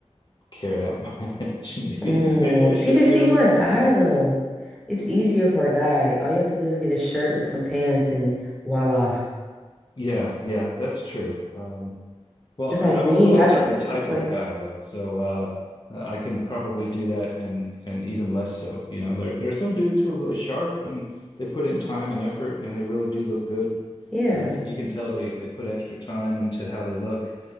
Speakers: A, on the left; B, in the centre.
A: care that much. <laughs> Maybe
B: Oh,
A: maybe I should
B: see, but
A: care
B: see,
A: more,
B: you're a guy
A: but
B: though. It's easier for a guy. All you have to do is get a shirt and some pants, and voila.
A: yeah, yeah, that's true. Um, Well,
B: It's
A: I,
B: like
A: I'm
B: me.
A: also a
B: I.
A: certain type
B: It's like
A: of guy though, so uh, I can probably do that and and even less so. You know, there there are some dudes who are really sharp and they put in time and effort and they really do look good.
B: yeah,
A: Uh, you, you can tell they they put extra time into how they look.